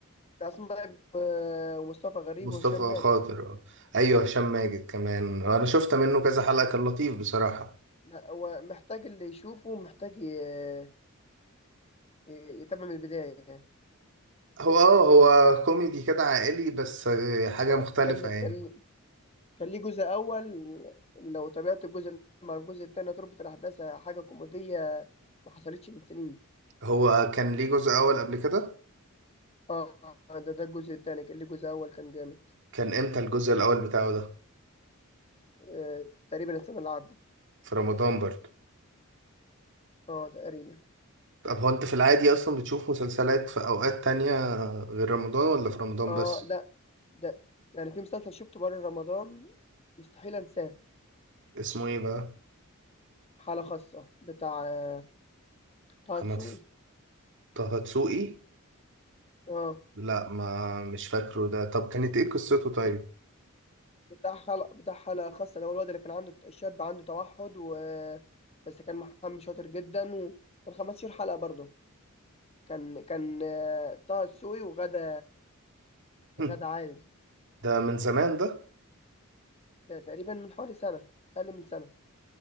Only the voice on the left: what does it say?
ده اسماء جلال، آه، ومصطفى غريب
وهشام ماجد
لا هو محتاج اللي يشوفه محتاج ي- ي- يتابع من البدايه
هو
كان
كان كان ليه جزء اول لو تابعت الجزء الأول مع الجزء الثاني هتربط الاحداث حاجه كوميديه ما حصلتش من سنين
اه آه، ده ده الجزء الثاني كان ليه جزء اول كان جامد
آه تقريبا السنه اللي عدت
اه تقريبا
اه
ده ده يعني في مسلسل شفته بره رمضان مستحيل انساه
حالة خاصة بتاع آه، طه
دسوقي
اه
بت- بتاع حلقة بتاع حالة خاصة اللي هو الواد اللي كان عنده الشاب عنده توحد و بس كان محامي شاطر جدا وكان 15 حلقة برضه كان كان آه، طه دسوقي وغادة
غادة عادل
ده تقريبا من حوالي سنة أقل من سنة